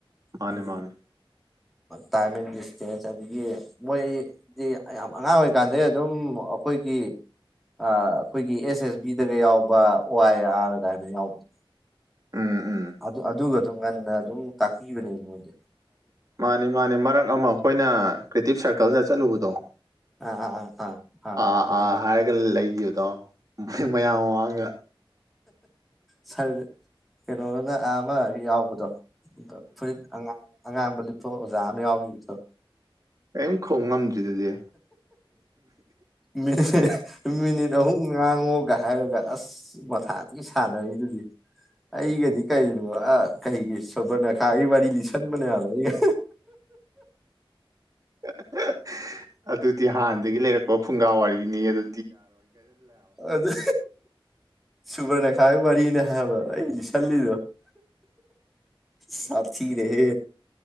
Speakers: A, on the right; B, in the centre.
A: ꯃꯥꯅꯦ
B: ꯍꯥꯏꯗꯤ
A: ꯃꯥꯅꯦ
B: ꯇꯥꯏꯝ ꯑꯦꯟ ꯗꯤꯁꯇꯦꯟꯁ ꯑꯗꯒꯤ ꯃꯣꯏꯗꯤ ꯌꯥꯝ ꯑꯉꯥꯡ ꯑꯣꯏꯔꯤꯀꯥꯟꯗꯩ ꯑꯗꯨꯝ ꯑꯩꯈꯣꯏꯒꯤ ꯑꯩꯈꯣꯏꯒꯤ ꯑꯦꯁ ꯑꯦꯁ ꯕꯤꯗꯒ ꯌꯥꯎꯕ ꯑꯣ ꯑꯥꯏ ꯑꯥꯔ ꯀꯥꯏꯅ ꯌꯥꯎꯕꯗꯣ
A: ꯎꯝ ꯎꯝ
B: ꯑꯗꯨ ꯑꯗꯨꯒ ꯑꯗꯨꯝ ꯉꯟꯅ ꯑꯗꯨꯝ ꯇꯄꯤꯤꯕꯅꯦꯦ
A: ꯃꯥꯅꯦ ꯃꯥꯅꯦ ꯃꯔꯛ ꯑꯃ ꯑꯩꯈꯣꯏꯅ ꯀ꯭ꯔꯤꯇꯤꯞ ꯁꯥꯔꯀꯜꯗ ꯆꯠꯂꯨꯕꯗꯣ
B: ꯑ ꯑꯥ ꯑ ꯑꯥ ꯑꯥ
A: ꯑ
B: ꯑꯗꯨꯗ
A: ꯑ ꯍꯥꯏꯔꯒ ꯂꯩ ꯌꯦꯗ ꯃꯌꯥꯝ ꯃꯥꯡꯒ
B: ꯆꯥꯏ ꯀꯩꯅꯣꯅ ꯑꯥ ꯑꯃ ꯌꯥꯎꯕꯗꯣ ꯑ ꯐꯨꯔꯤꯠ ꯑꯉꯥꯡ ꯑꯉꯥꯡꯕꯗꯤ ꯄꯣ ꯑꯣꯖꯥ ꯑꯃ ꯌꯥꯎꯈꯤꯗ
A: ꯀꯔꯤꯝ ꯈꯨꯝ ꯉꯝꯗ꯭ꯔꯤꯗꯨꯗꯤ
B: ꯃ ꯃ ꯉꯥꯡꯉꯣꯒ ꯍꯥꯏꯔꯒ ꯑꯁ ꯃꯊꯥꯇ ꯁꯥꯟꯅꯔꯤꯗꯨꯗꯤ ꯍꯒꯗꯤ ꯀꯥꯏ ꯑꯥ ꯀꯩꯒꯤ ꯁꯣꯕꯔꯅꯈꯥꯒꯤ ꯋꯥꯔꯤ ꯂꯤꯁꯟꯕꯅꯦꯌꯥꯝ ꯑꯩꯒ
A: ꯑꯍꯥꯍꯥ ꯑꯗꯨꯗꯤ ꯍꯥꯟꯅꯗꯒꯤ ꯂꯩꯔꯛꯄ ꯄꯨꯡꯒꯥ ꯋꯥꯔꯤꯒꯤꯅꯤ ꯑꯗꯨ
B: ꯑꯗ ꯁꯨꯕꯔꯅꯈꯥꯏ ꯋꯥꯔꯤꯅꯦ ꯍꯥꯏꯕ ꯑꯩꯅ ꯂꯤꯁꯜꯂꯤꯗꯣ ꯁꯥꯊꯤꯔꯦꯍꯦ